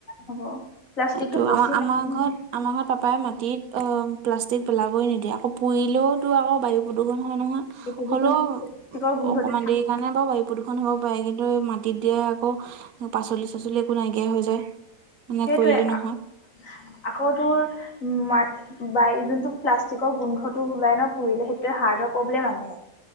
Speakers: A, on the left; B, on the right.
A: হ'ব প্লাষ্টিকটো
B: সেইটো
A: পচি
B: আমাৰ
A: <unintelligible>
B: আমাৰ
A: ন।
B: ঘৰত আমাৰ ঘৰত পাপাই মাটিত প্লাষ্টিক পেলাবই নিদিয়ে। আকৌ পুৰিলেওঁ তোৰ আকৌ বায়ু প্ৰদূষণ হয় নহয়।
A: ন প্ৰদূষণ
B: হ'লেও,
A: প্লাষ্টিকৰ গোন্ধতে
B: অকমান
A: খাই।
B: দেৰি কাৰণে বাৰু বায়ু প্ৰ এ, হ'ব পাৰে কিন্তু এই মাটিত দিয়ে, আকৌ পাচলি চাচলি একো নাইকিয়া হৈ যায়। মানে
A: সেইটোৱে
B: কৰিলে নহয়
A: আকৌ তোৰ মাত বাই যোনটো প্লাষ্টিকৰ গোন্ধটো ওলাই ন, পুৰিলে সেইটোয়ে হাৰ্টৰ প্ৰব্লেম আনে।